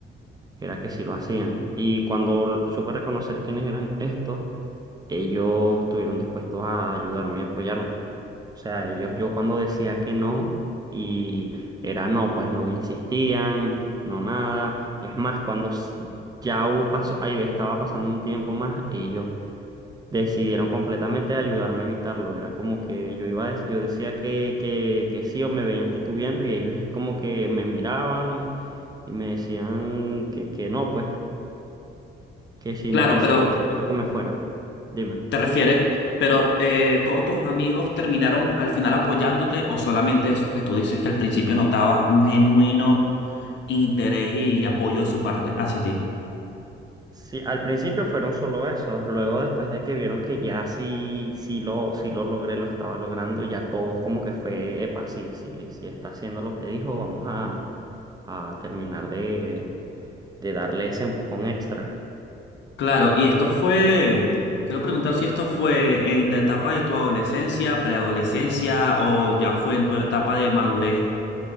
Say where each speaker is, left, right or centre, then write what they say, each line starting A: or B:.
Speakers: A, on the right; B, on the left.
A: era que sí lo hacían. Y cuando l- supe reconocer quiénes eran estos, ellos estuvieron dispuestos a ayudarme y apoyarme. O sea, ellos yo cuando decía que no y era no, pues no me insistían, no nada. Es más, cuando s- ya hubo paso, ahí estaba pasando un tiempo más, ellos decidieron completamente ayudarme a evitarlo. Era como que yo iba, a dec- yo decía que, que, que sí o me veían titubeando y ellos es como que me miraban y me decían que, que no, pues, que sin,
B: Claro,
A: que si
B: pero
A: es mejor que me fuera. Dime.
B: te refieres, pero eh, todos tus amigos terminaron al final apoyándote o solamente esos que tú dices que al principio notabas un genuino interés y apoyo de su parte hacia ti.
A: Sí, al principio fueron solo esos, luego después de que vieron que ya sí, sí lo, sí lo logré, lo estaba logrando, ya todos como que fue, epa, sí, sí, sí está haciendo lo que dijo, vamos a, a terminar de, de darle ese empujón extra.
B: Claro, y esto fue, quiero preguntar si esto fue en la etapa de tu adolescencia, preadolescencia o ya fue en tu etapa de madurez,